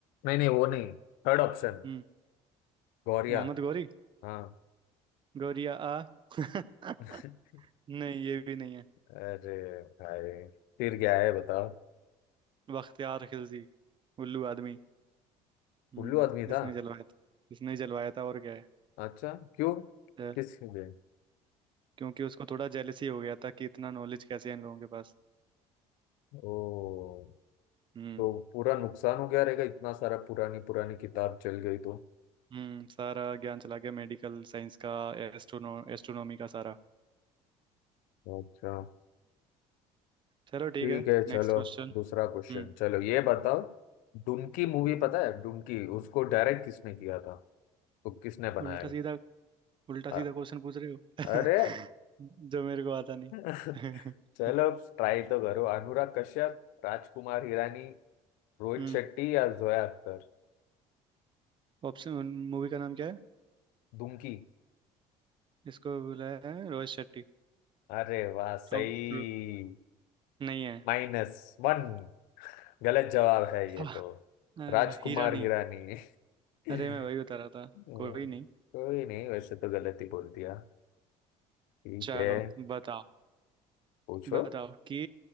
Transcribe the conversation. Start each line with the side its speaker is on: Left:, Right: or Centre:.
Left: नहीं नहीं वो नहीं Third option
Right: हम्म
Left: गौरिया
Right: मोहम्मद गौरी
Left: हाँ
Right: गौरिया आ <laughs>
Left: <laughs>
Right: नहीं ये भी नहीं है
Left: अरे भाई फिर क्या है बताओ
Right: बख्तियार खिलजी उल्लू आदमी हम्म
Left: उल्लू आदमी
Right: जिसने
Left: था
Right: जलवाया था जिसने जलवाया था और क्या है
Left: अच्छा क्यों
Right: अ,
Left: किस लिए
Right: क्योंकि उसको थोड़ा जेलसी हो गया था कि इतना नॉलेज कैसे है इन लोगों के पास
Left: ओ
Right: हम्म
Left: तो पूरा नुकसान हो गया रहेगा इतना सारा पुरानी पुरानी किताब चल गई तो
Right: हम्म सारा ज्ञान चला गया मेडिकल साइंस का एस्ट्रोनो एस्ट्रोनॉमी का सारा
Left: अच्छा
Right: चलो ठीक
Left: ठीक
Right: है
Left: है चलो
Right: Next question
Left: दूसरा क्वेश्चन
Right: हम्म
Left: चलो ये बताओ डुनकी मूवी पता है डुनकी उसको डायरेक्ट किसने किया था तो किसने बनाया
Right: उल्टा सीधा उल्टा
Left: अ-
Right: सीधा क्वेश्चन पूछ रहे हो
Left: अरे
Right: <laughs> जो मेरे को आता नहीं
Left: <laughs>
Right: <laughs>
Left: चलो ट्राई तो करो अनुराग कश्यप राजकुमार हिरानी रोहित
Right: हम्म
Left: शेट्टी या जोया अख्तर
Right: ऑप्शन मूवी का नाम क्या है
Left: डुनकी
Right: इसको बोला है रोहित शेट्टी
Left: अरे वाह सही
Right: रॉन्ग नहीं है
Left: Minus one गलत जवाब है
Right: <laughs>
Left: ये तो
Right: हाँ,
Left: राजकुमार
Right: अरे हीरा नहीं
Left: हिरानी <laughs> <laughs>
Right: अरे मैं वही बता रहा
Left: हम्म,
Right: था कोई नहीं
Left: कोई नहीं वैसे तो गलत ही बोल दिया ठीक
Right: चलो
Left: है
Right: बताओ
Left: पूछो
Right: बताओ कि